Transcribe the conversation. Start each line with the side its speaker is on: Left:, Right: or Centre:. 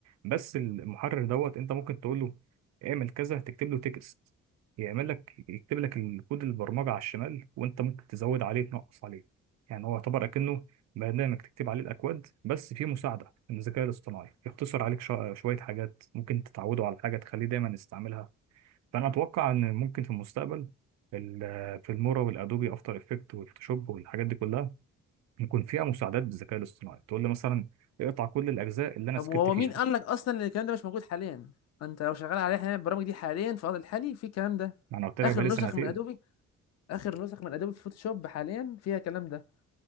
Right: بس المحرر دوت انت ممكن تقول له اعمل كذا تكتب له تكست يعمل لك يكتب لك الكود البرمجه على الشمال وانت ممكن تزود عليه تنقص عليه يعني هو يعتبر اكنه برنامج تكتب عليه الاكواد بس فيه مساعده من الذكاء الاصطناعي يختصر عليك شو- شويه حاجات ممكن تتعوده على حاجه تخليه دايما يستعملها فانا اتوقع ان ممكن في المستقبل ال- في المورا والادوبي افتر افكت والفوتوشوب والحاجات دي كلها يكون فيها مساعدات بالذكاء الاصطناعي تقول لي مثلا اقطع كل الاجزاء اللي انا
Left: طب
Right: سكت
Left: وهو
Right: فيها
Left: مين قال لك اصلا ان الكلام ده مش موجود حاليا انت لو شغال عليه حاليا البرامج دي حاليا في الوضع الحالي في الكلام ده
Right: ما انا قلت لك
Left: اخر
Right: بقالي
Left: نسخ
Right: سنتين
Left: من ادوبي اخر نسخ من ادوبي في فوتوشوب حاليا فيها الكلام ده